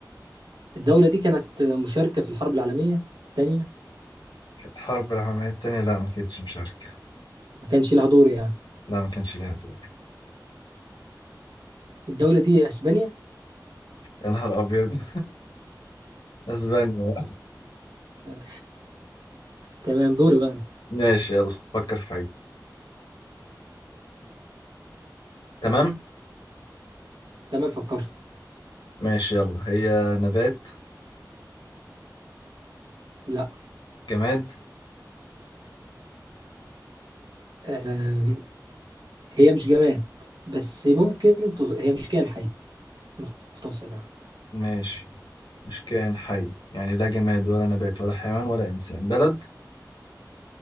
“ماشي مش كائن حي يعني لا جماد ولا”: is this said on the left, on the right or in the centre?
Left